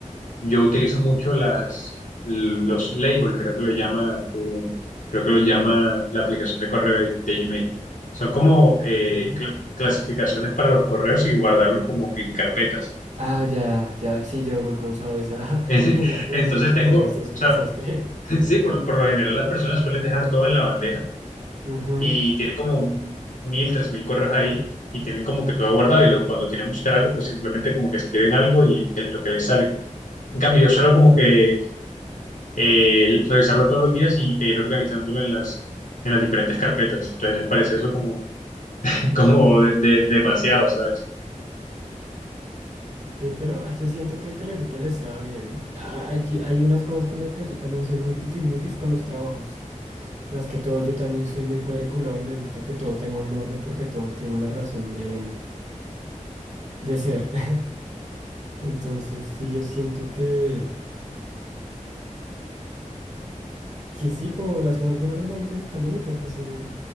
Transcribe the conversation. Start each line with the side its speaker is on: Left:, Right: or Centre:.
Left: yo utilizo mucho las, los labels, creo que lo llama, eh, creo que lo llama la aplicación de correo de, de Gmail. Son como eh,
Right: Mm.
Left: cl- clasificaciones para los correos y guardarlos como que en carpetas.
Right: Ah, ya, ya, sí, yo nunca he usado esa, <laughs>
Left: <laughs>
Right: esa función,
Left: Entonces
Right: mi
Left: tengo,
Right: correo
Left: o
Right: sí es un
Left: sea,
Right: desastre.
Left: <laughs> sí, por, por lo general las personas suelen dejar todo en la bandeja
Right: Ujú.
Left: y tienen como mil, tres mil correos ahí y tienen como que todo guardado y lo- cuando quieren buscar algo, pues simplemente como que escriben algo y el- lo que les salga. En cambio, yo suelo como que eh, revisarlo todos los días y, e ir organizándolo en las, en las diferentes carpetas. Entonces, ¿les parece eso como, <laughs> como de- de- demasiado, ¿sabes?
Right: Sí, pero ah, yo siento que el que le gusta le sabe. Ah, Hay, hay unas cosas con las que yo también soy muy tiquismiquis con los trabajos. Más que todo, yo también soy muy cuadriculado y me gusta que todo tenga un orden porque todo tiene una razón de, mm, de ser. <laughs> Entonces, sí, yo siento que, que sí, como las cosas bien ordenaditas están bonitas, o sea,